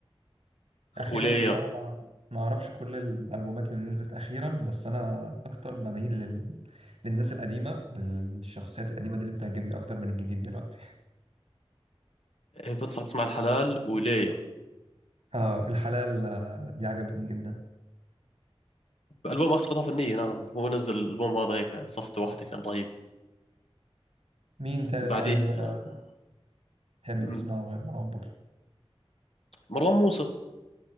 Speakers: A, on the right; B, on the left.
A: أخيرا
B: وليا
A: بصراحة ما ما أعرفش كل الألبومات اللي نزلت أخيرا بس أنا أكتر بميل لل... للناس القديمة والشخصيات القديمة دي اللي بتعجبني أكتر من الجديد دلوقتي
B: إيه، بنصح تسمع الحلال وليا
A: آه الحلال آه، دي عجبتني جدا
B: البوم اخر قطعه فنيه نعم هو نزل الالبوم هذا هيك صفته واحده كان رهيب
A: مين تاني
B: بعديه
A: طيب آه،
B: آه،
A: تحب
B: مم،
A: تسمعه غير مروان بابلو
B: مروان موسى